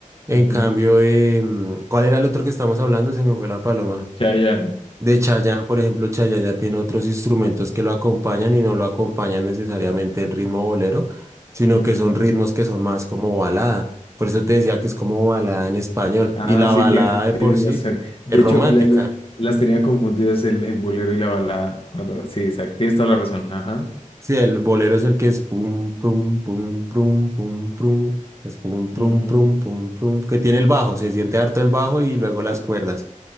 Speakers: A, on the right; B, on the left.
A: En
B: Ujú.
A: cambio, em, ¿cuál era el otro que estamos hablando? Se me fue la paloma.
B: Chayanne.
A: De Chayanne, por ejemplo, Chayanne ya tiene otros instrumentos que lo acompañan y no lo acompañan necesariamente en ritmo bolero, sino
B: Ujú.
A: que son ritmos que son más como balada. Por eso te decía que es como balada en español.
B: Ah,
A: Y la
B: sí,
A: balada
B: tiene-
A: de por
B: tienes
A: sí
B: razón. De
A: es romántica.
B: hecho, la- la- las tenía confundidas el, el bolero y la balada. Cuando, sí, exacto. Tienes toda la razón. Ajá.
A: Sí, el bolero es el que es pum, pum, pum, pum, pum, pum, es pum, pum,
B: Ujú.
A: pum, pum, pum, que tiene el bajo, se siente harto el bajo y luego las cuerdas.